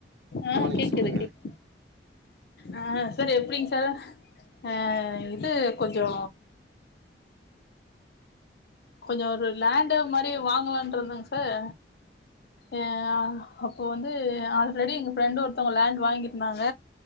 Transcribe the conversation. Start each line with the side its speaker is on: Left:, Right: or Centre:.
Right: குட்
Left: ஆ
Right: மானிங்
Left: கேக்குது
Right: சொல்லுங்க,
Left: கேக் ஆ சார் எப்டிங் சார் ஆ இது கொஞ்சோ கொஞ்சோ ஒரு லேண்டு மாரி வாங்கலானு இருந்தங் சார் ஆ அப்ப வந்து ஆல்ரெடி எங்க ஃப்ரெண்டு ஒருத்தவங்க லேண்ட் வாங்கிருந்தாங்க